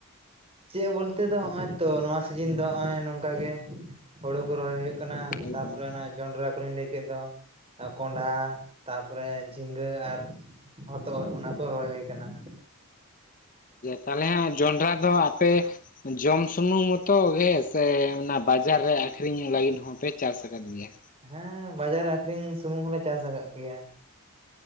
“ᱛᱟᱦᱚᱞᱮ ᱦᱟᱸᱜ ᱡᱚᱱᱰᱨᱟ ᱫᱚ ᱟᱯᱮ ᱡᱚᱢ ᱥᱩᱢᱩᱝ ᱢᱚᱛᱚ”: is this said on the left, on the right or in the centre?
Left